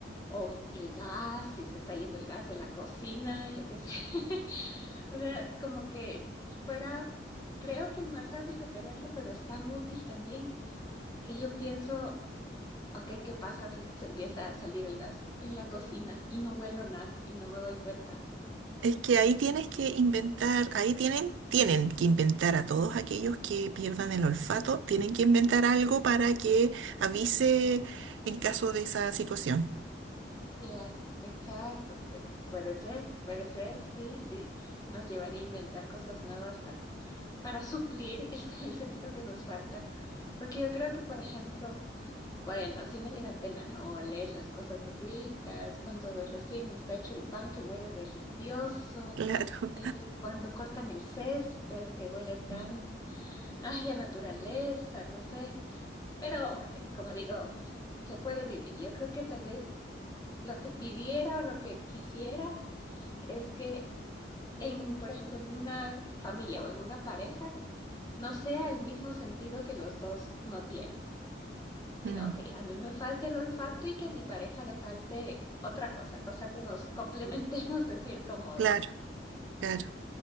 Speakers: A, on the left; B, on the right.
A: o el gas, si se está yendo el gas de la cocina, yo qué sé. <laughs> O sea, como que fuera, creo que el más fácil de perderlo, pero es tan útil también que yo pienso, ok, ¿qué pasa si es que se empieza a salir el gas en la cocina y no huelo nada y no me doy cuenta?
B: Es que ahí tienes que inventar, ahí tienen, tienen que inventar a todos aquellos que pierdan el olfato, tienen que inventar algo para que avise en caso de esa situación. <laughs>
A: Claro, exacto. eh, Puede ser, puede ser, sí, sí. Nos llevaría a inventar cosas nuevas para, para suplir el, <laughs> el sentido que nos falta. Porque yo creo que, por ejemplo, bueno, sí me diera pena no oler las cosas ricas, cuando recién está hecho el pan que huele delicioso,
B: Claro.
A: eh, cuando cortan el césped que huele tan
B: Mm.
A: Ay, a naturaleza, no sé. Pero bueno, como digo, se puede vivir. Yo creo que tal vez lo que pidiera o lo que quisiera es que en, por ejemplo, en una familia o en una pareja, no sea el mismo sentido que los dos no tienen, sino
B: Mm,
A: que a mí me falte el olfato y que a mi pareja le falte otra cosa, cosa que nos <laughs> complementemos de cierto modo.
B: claro, claro.